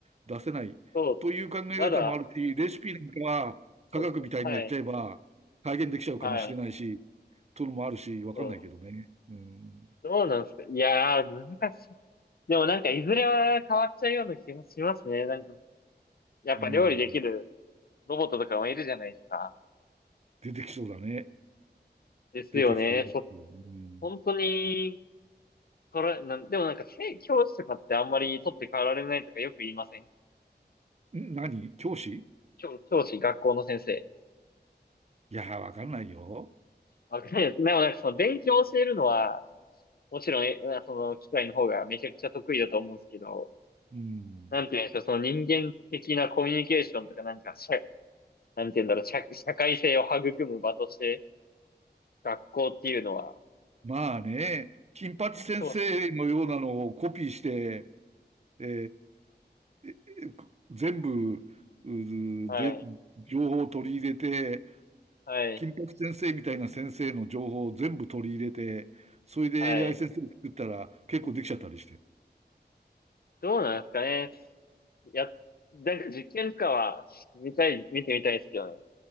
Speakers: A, on the right; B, on the left.
A: 出せないという考え方もあるし、
B: そうっす。まだ、
A: レシピなんかは科学みたいにやっちゃえば再現できちゃうかもしれないし、
B: そうそうはい。はい。
A: というのもあるし、わかんないけどね。
B: そう。
A: うん。
B: どうなんですかいやー、難しい。でもなんかいずれは変わっちゃうような気もしますね。なんか、やっぱ料理できる
A: うん。
B: ロボットとかもいるじゃないですか。
A: 出てきそうだね。
B: ですよね。
A: 出てきそう。よね
B: そ、本当に、それ、なん、でもなんか、せ教師とかってあんまり取って代わられないとかよく言いません
A: ん何教師
B: 教教師、学校の先生。
A: いやー、わかんないよ。
B: わかんないです。でもなんかその勉強を教えるのは、もちろん、え、その機械の方がめちゃくちゃ得意だと思うんですけど、
A: うん。
B: なんて言うんでしょう、その人間的なコミュニケーションとかなんか、社、なんて言うんだろう、社、社会性を育む場として、学校っていうのは、
A: まあね、金八先生のようなのをコピーして、
B: 教師、
A: えーええこ全部、うで、
B: はい、
A: 情報を取り入れて、
B: はい、
A: 金八先生みたいな先生の情報を全部取り入れて、それで
B: はい。
A: AI 先生を作ったら結構できちゃったりして。
B: どうなんですかね。や、なんか実験とかは、見たい、見てみたいですけどね。